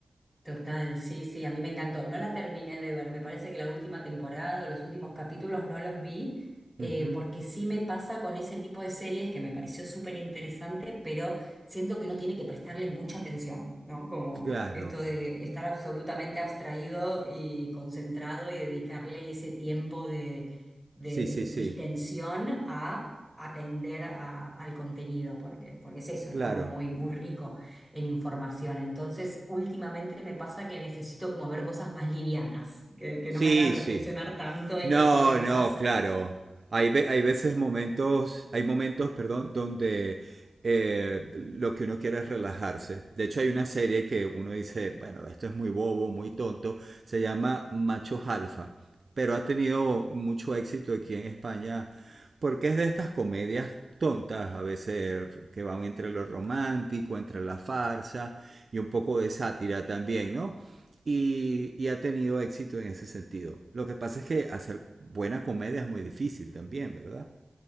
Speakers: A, in the centre; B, on the right.
A: Total, sí, sí, a mí me encantó. No la terminé de ver, me parece que la última temporada o los últimos capítulos no los vi, eh,
B: Ujú,
A: porque sí me pasa con ese tipo de series que me pareció súper interesante, pero siento que uno tiene que prestarle mucha atención, ¿no? Como
B: Claro.
A: esto de estar absolutamente abstraído y concentrado y dedicarle ese tiempo de, de
B: Sí, sí, sí.
A: distensión a atender a- al contenido, porque, porque es eso,
B: Claro.
A: es como muy, muy rico. en información. Entonces, últimamente me pasa que necesito como ver cosas más livianas, que, que
B: Sí,
A: no me hagan reflexionar
B: sí.
A: tanto y
B: No,
A: que pueda quizás...
B: no, claro. Hay, ve- hay veces momentos, hay momentos, perdón, donde eh, lo que uno quiere es relajarse. De hecho, hay una serie que uno dice, bueno, esto es muy bobo, muy tonto. Se llama Machos Alfa, pero ha tenido mucho éxito aquí en España porque es de estas comedias tontas, a veces que van entre lo romántico, entre la farsa y un poco de sátira también, ¿no? y, y, ha tenido éxito en ese sentido. Lo que pasa es que hacer buena comedia es muy difícil también, ¿verdad?